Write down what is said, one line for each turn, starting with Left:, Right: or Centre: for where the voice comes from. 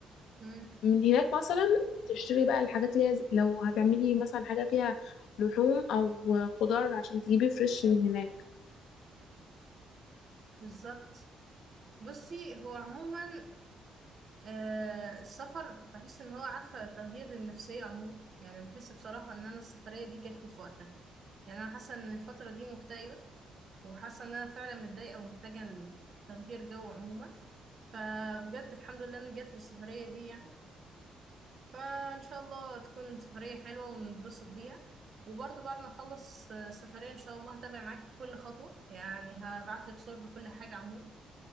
Right: مم،
Left: من هناك مثلا تشتري بقى الحاجات اللي هي لو هتعملي مثلا حاجه فيها لحوم او خضار عشان تجيبي فريش من هناك
Right: بالظبط بصي هو عموما آه، السفر بحس ان هو عارفه تغيير للنفسيه عموما يعني بحس بصراحه ان انا السفريه دي جات لي في وقتها يعني انا حاسه ان الفتره دي مكتئبه وحاسه ان انا فعلا متضايقه ومحتاجه تغيير جو عموما فبجد الحمد لله ان جات لي السفريه دي يعني فان شاء الله تكون سفريه حلوه ونتبسط بيها وبرضه بعد ما اخلص آه، السفريه ان شاء الله هتابع معاك كل خطوه يعني هبعت لك صور لكل حاجه عموما